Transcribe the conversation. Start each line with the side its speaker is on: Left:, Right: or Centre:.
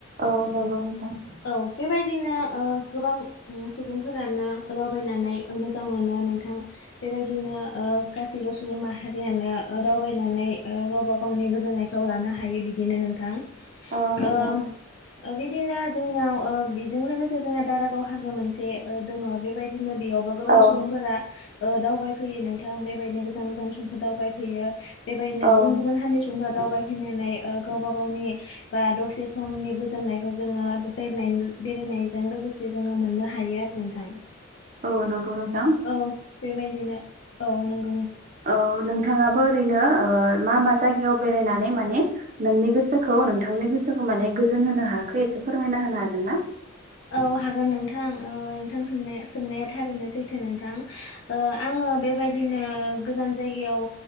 Right: औ नंगौ नोंथां।
Left: औ बेबायदिनो ओ गोबां सुबुंफोरानो दावबायनानै मोजां मोनो नोंथां बेबायदिनो ओ गासैबो सुबुं माहारियानो ओ दावबायनानै ओ गावबा गावनि गोजोननायखौ लानो हायो बिदिनो नोंथां।
Right: औ नंगौ
Left: ओम ओ बिदिनो जोंनियाव ओ बेजों लोगोसे जोंहा दारागाव हाजो मोनसे ओ दङ बेबायदिनो बेयाव गोबां
Right: औ
Left: सुबुंफोरा ओ दावबायफैयो नोंथां बेबायदिनो गोजान गोजान सुबुंफोर दावबायफैयो। बेबायदिनो
Right: औ
Left: गुबुन गुबुन हारिनि सुबुंफ्रा दावबायफैनानै ओ गावबा गावनि बा दसे समनि गोजोननायखौ जोङो बेरायनाय बेरायनायजों लोगोसे जोङो मोननो हायो आरो नोंथां।
Right: औ नंगौ नोंथां
Left: औ बेबायदिनो औ नंगौ
Right: औ जों नोंथाङाबो ओरैनो ओ मा मा जायगायाव बेरायनानै माने नोंनि गोसोखौ नोंथांनि गोसोखौ माने गोजोन होनो हाखो एसे फोरमायना होनो हागोन ना?
Left: औ हागोन नोंथां ओ नोंथांनाय सोंनाया थारैनो सैथो नोंथां ओ आं बेबायदिनो गोजान जायगायाव